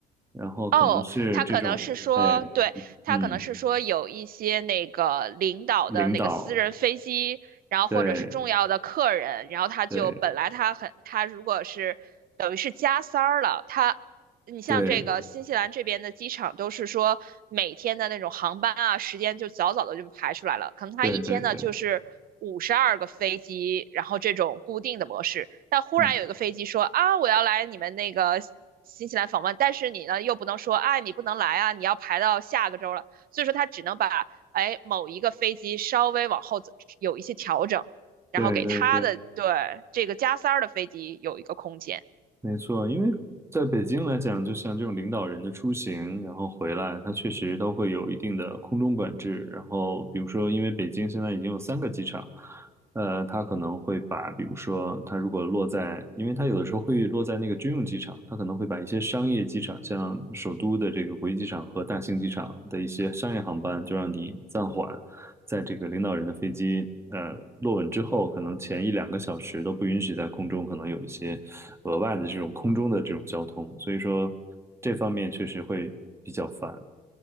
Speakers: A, on the right; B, on the right.
A: 然后可能是这种哎
B: 哦，他可能是说，对，他可能是说有一些那个领导的那个私人飞机，
A: 嗯领导，
B: 然后或者是重要的客人，
A: 对
B: 然后他就本来他很他如果是等于是加塞儿了，
A: 对
B: 他你像这个新西兰这边的机场都是说每天的那种航班啊时间就早早的就排出来了，
A: 对
B: 可能他一天呢就是五十二个飞机，
A: 对对对，
B: 然后这种固定的模式，但忽然有一个飞机说啊我要来你们那个。
A: 嗯
B: 新西兰访问，但是你呢又不能说，哎，你不能来啊，你要排到下个周了，所以说他只能把哎某一个飞机稍微往后走有一些调整，
A: 对对对。
B: 然后给他的对这个加塞儿的飞机有一个空间。
A: 没错，因为在北京来讲，就像这种领导人的出行，然后回来，它确实都会有一定的空中管制。然后，比如说，因为北京现在已经有三个机场，呃，它可能会把，比如说，它如果落在，因为它有的时候会落在那个军用机场，它可能会把一些商业机场，像首都的这个国际机场和大兴机场的一些商业航班，就让你暂缓。在这个领导人的飞机呃落稳之后，可能前一两个小时都不允许在空中可能有一些额外的这种空中的这种交通，所以说这方面确实会比较烦。